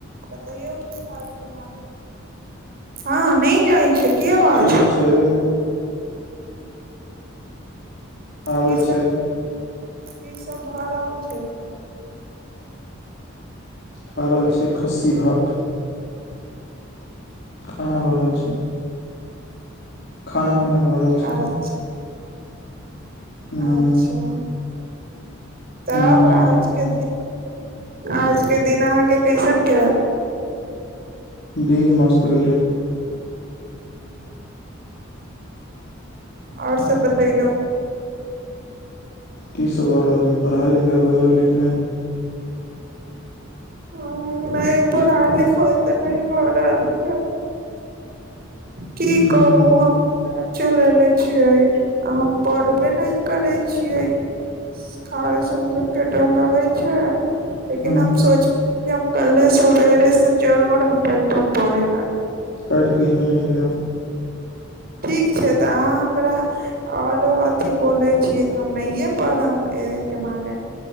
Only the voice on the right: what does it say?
बतैयौ की हाल छै अहां के हँ नहि जाइ छै। की आवाज
कीसभ
कीसभ भए रहल छै
अच्छा
अच्छा तब
आज के दिन आज के दिन अहाँके कैसन गैल
आओर सब बतैयौ
हँ नहि पढ़ाई लिखाई तऽ नहि भऽ रहल छै अभी की
कहु हम तऽ चल एले छियै आ हम पढ़बे नहि करय छियै खाली सुन सुन के डर लगै छै लेकिन
हम सोचले कि हम कल्हे सवेरे से जरूर हम बैठब पढ़े ला
ठीक छै, तऽ अहाँ हमरा औरो अथि बोलै छियै हम नहिये पढ़म ए के मनेे